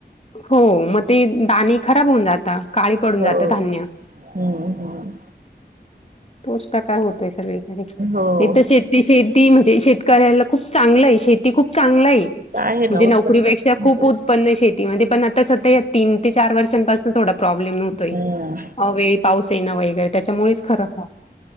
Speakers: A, on the left; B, on the right.
A: हो मग ते दणी खराब होऊन जात काळी पडून
B: हो
A: जात धान्य
B: हम्म हम्म
A: तोच प्रकार होतोय सगळीकडे
B: हो
A: हित शेत ते शेती म्हणजे शेतकऱ्याला खूप चांगल आहे शेती खूप चांगल आहे
B: आहे ना
A: म्हणजे नोकरीपेक्षा
B: उत्पन्न
A: खूप
B: हो.
A: उत्पन्न शेतीमध्ये पण आता सध्या या तीन ते चार वर्षांपासून थोड प्रॉब्लेम होतोय
B: हम्म
A: अवेळी पाऊस येण वगैरे त्याच्यामुळेच खराब